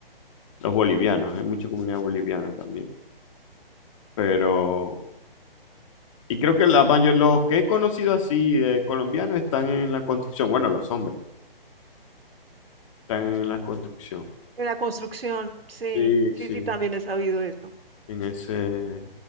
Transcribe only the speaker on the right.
En la construcción, sí,
sí,
sí, también he sabido eso.